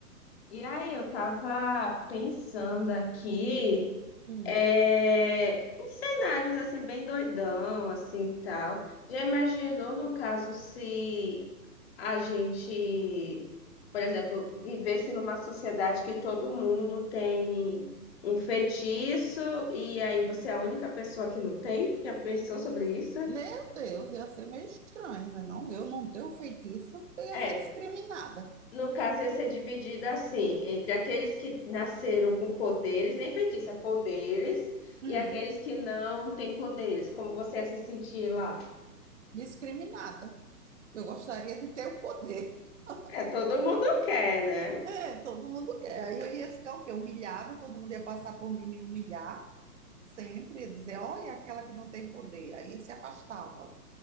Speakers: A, on the left (about 40°); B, on the right (about 45°).
A: E aí, eu tava pensando aqui,
B: Hum.
A: é, uns cenários assim bem doidão, assim e tal. Já imaginou no caso se a gente, por exemplo, vivesse numa sociedade que todo mundo tem um feitiço e aí você é a única pessoa que não tem? Já pensou sobre isso?
B: Meu Deus, ia ser meio estranho, né? Não, eu não tenho feitiço, eu ia
A: É,
B: ser discriminada.
A: No caso, ia ser dividida assim, entre aqueles que nasceram com poderes, nem feitiça, poderes,
B: Hum,
A: e aqueles que não têm poderes. Como você ia se sentir lá?
B: discriminada. Eu gostaria de ter o poder. <laughs>
A: É, todo mundo quer, né?
B: É, todo mundo quer. Aí eu ia ficar o quê? Humilhada, todo mundo ia passar por mim e me humilhar sempre, dizer, olha, aquela que não tem poder. Aí se afastava.